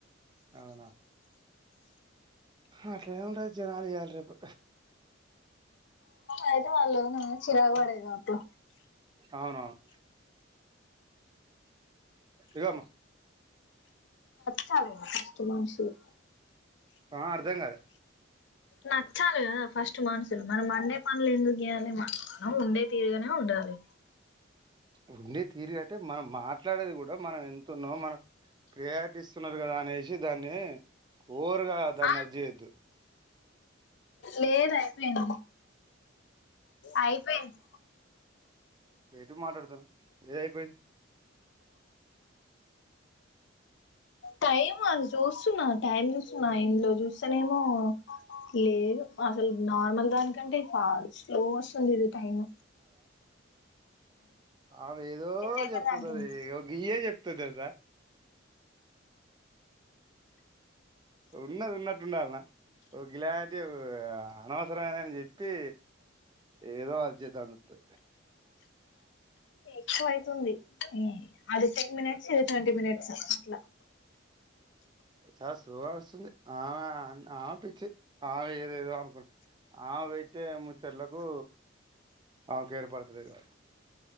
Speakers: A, on the right; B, on the left.
A: అవునా అట్లనే ఉంటారు జనాలు ఇవాళ రేపు
B: అయితే వాళ్ల చిరాకు పడేది కదా అప్పుడు
A: అవునవును ఇగో అమ్మ
B: చాల కదా ఉత మనుషులు
A: ఆ అర్ధం కాలే
B: నచ్చాలి కదా ఫస్ట్ మనసు మరి మండే పనులు ఎందుకు చేయాలి మ మనం ఉండే తీరుగానే ఉండాలి
A: ఉండే తీరుగా అంటే మనం మాట్లాడేది కూడా మనం ఎంత ఉన్నామో మన ప్రియారిటీ ఇస్తున్నారు కదా అనేసి దాన్ని ఓరుగ దాన్ని
B: ఆ
A: అది చేయొద్దు
B: లేదు అయిపోయింది అయిపోయింది
A: ఏటు మాట్లాడుతున్నావ్ ఏది అయిపోయింది
B: టైమ్ ఆ చూస్తున్నా టైమ్ చూస్తున్నా ఇందులో చూస్తానే ఏమో లేదు అసలు నార్మల్ దానికంటే ఫా స్లో వస్తుంది ఇది టైమ్
A: అ ఆమె ఏదో
B: అయిపోయింది
A: చెప్పింటది
B: అంటున్నా
A: గియ్యే చెప్తుంది కదా ఉన్నది ఉన్నట్టు ఉండాలన్న ఒ క్లారిటీ ఆ అనవసరమైనని చెప్పి ఏదో అది చేద్దాం అన్నట్టు
B: ఎక్కువ అయితుంది అది టెన్ మినిట్స్ ఇది ట్వంటీ మినిట్స్ అట్లా
A: చాలా స్లోగా వస్తుంది ఆ ఆ పిచ్చి ఆమె ఏదేదో అనుకున్నా ఆమె పెట్టే ముచ్చట్లకు ఆ గేర్ పడతలేగా